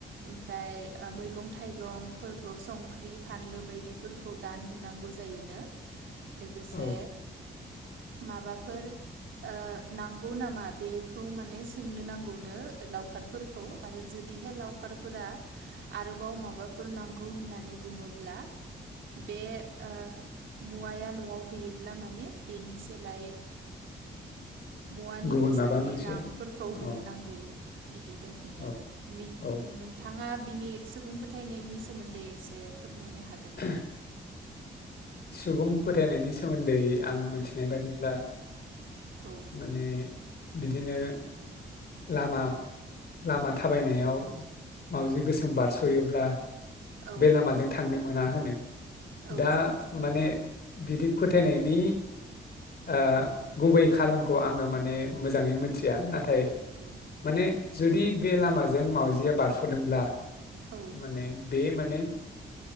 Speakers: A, on the right; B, on the left.
A: ओमफ्राय ओ मैगं थाइगंफोरखौ संख्रि फानलु बायदिफोरखौ दान होनांगौ जायोनो। लोगोसे
B: औ
A: माबाफोर ओ नांगौ नामा बेखौ माने सो सोंनो नांगौनो ओ लावखारफोरखौ आरो जुदिहे लावखारफोरा आरोबाव माबाफोर नांगौ होननानै बुङोब्ला बे ओ मुवाया नवाव गैयोब्ला माने बेनि सोलाय मुवानि
B: गुबुन
A: बेसादनि
B: माबा मोनसे
A: रां फोरखौ
B: अ
A: होनो नांगौ। इदि आरो
B: औ औ
A: नोंथाङा बिनि सुबुं फोथायनायनि सोमोन्दै एसे फोरमायनो हायो
B: <inaudible> सुबुं फोथायनायनि सोमोन्दै आं मिथिनाय बादिब्ला
A: औ
B: माने बिदिनो लामा लामा थाबायनायाव माउजि
A: औ
B: गोसोम बारस'यो ब्ला
A: औ
B: बे लामाजों थांनोमोन ना होनो
A: औ
B: दा
A: औ नंगौ
B: माने बिदि फोथायनायनि ओ गुबै खारनखौ आङो माने मोजाङै मोनथिया नाथाय
A: औ
B: माने जुदि बे लामाजों मावजिया बारस'दोंब्ला
A: औ
B: माने बे माने